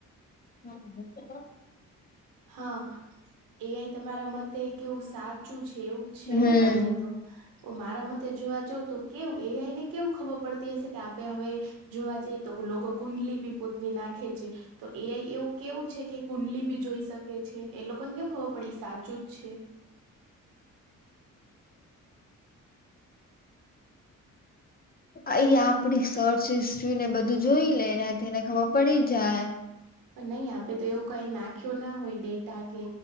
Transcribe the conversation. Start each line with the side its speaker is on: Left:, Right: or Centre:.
Left: <unintelligible> તો
Right: હા એ આઈ તમારા મતે કેવું સાચું છે એવું છે
Left: હમ
Right: ને તમને? તો મારા મતે જોવા જઉ તો કેવું એ આઈ ને કેવું ખબર પડતી હશે કે આપડે હવે જોવા જઈએ તો લોકો કુંડલી બી પોતની નાખે છે. તો એ આઇ એવું કેવું છે કે કુંડલી બી જોઈ શકે છે એ લોકોને કેમ ખબર પડી એ સાચું જ છે?
Left: એ આપડી સચ સિસ્વીને બધું જોઈ લે એનાથી એને ખબર પડી જાય.
Right: પણ નય આપડે તો એવું કઈ નાખ્યો ના હોય ડેટા કે